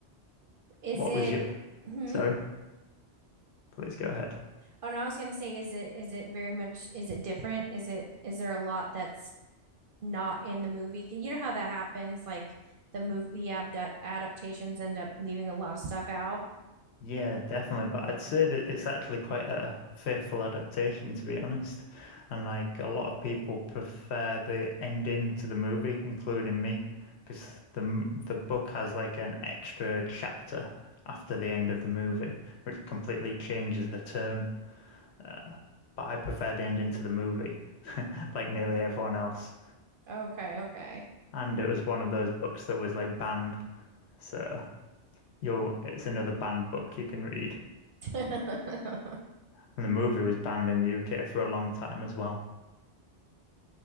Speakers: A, on the right (about 60°); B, on the left (about 70°).
A: Is
B: What
A: it
B: was your?
A: hmm?
B: Sorry, please go ahead.
A: Oh no, I was gonna say, is it is it very much is it different? Is it is there a lot that's not in the movie? You know how that happens, like the movie abda- adaptations end up leaving a lot of stuff out.
B: Yeah, definitely. But I'd say that it's actually quite a faithful adaptation, to be honest. And like a lot of people prefer the ending to the movie, including me, because the m- the book has like an extra chapter after the end of the movie, which completely changes the tone. Uh, but I prefer the ending to the movie, <laughs> like nearly everyone else.
A: Okay, okay.
B: And it was one of those books that was like banned, so you'll it's another banned book you can read.
A: <laughs>
B: And the movie was banned in the UK for a long time as well.